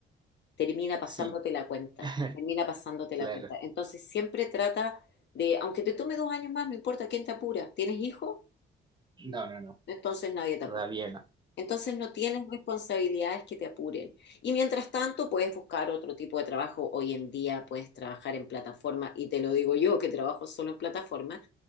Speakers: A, on the left; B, on the right.
A: termina pasándote
B: Sí,
A: la cuenta,
B: <laughs>
A: termina pasándote
B: claro.
A: la cuenta. Entonces siempre trata de, aunque te tome dos años más, no importa quién te apura, ¿tienes hijos?
B: No, no, no,
A: Entonces nadie te
B: todavía
A: apura.
B: no.
A: Entonces no tienes responsabilidades que te apuren. Y mientras tanto puedes buscar otro tipo de trabajo. Hoy en día puedes trabajar en plataforma y te lo digo yo que trabajo solo en plataforma